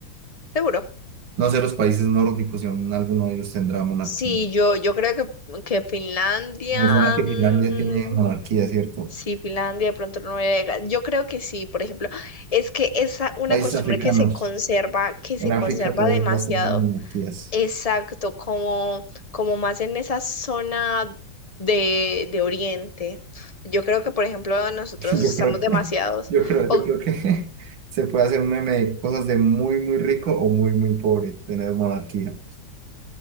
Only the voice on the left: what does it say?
seguro.
Sí, yo, yo creo que, que Finlandia,
mm,
sí, Finlandia, de pronto Noruega, yo creo que sí, por ejemplo, es que es una
costumbre
que se conserva, que
se
conserva
demasiado
Exacto, como, como más en esa zona de, de Oriente. Yo creo que, por ejemplo, nosotros
estamos
demasiados,
o